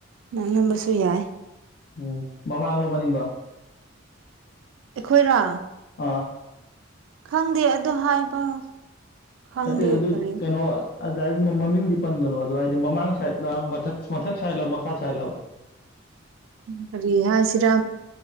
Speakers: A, on the right (about 80°); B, on the left (about 55°).
A: ꯅꯛꯅꯕꯁꯨ ꯌꯥꯏ
B: ꯎꯝ ꯃꯃꯥꯡꯂꯣ ꯃꯅꯤꯡꯂ‌ꫭ
A: ꯑꯩꯈꯣꯏꯔꯥ
B: ꯑꯥ
A: ꯈꯪꯗꯦ ꯑꯗꯣ ꯍꯥꯏꯕ ꯈꯪꯗꯦ
B: ꯅꯠꯇꯦꯗ ꯑꯗꯨ
A: ꯀꯔꯤ
B: ꯀꯩꯅꯣ ꯑꯗꯥꯏꯒꯨꯝꯕ ꯃꯃꯤꯡꯗꯤ ꯄꯟꯒꯅꯣ ꯑꯗꯣ ꯍꯥꯏꯗꯤ ꯃꯃꯥꯡ ꯁꯥꯏꯠꯂ ꯃꯊꯛ ꯁꯥꯏꯠꯂ ꯃꯈꯥ ꯁꯥꯏꯠꯂꯕ
A: ꯀꯔꯤ ꯍꯥꯏꯁꯤꯔꯥ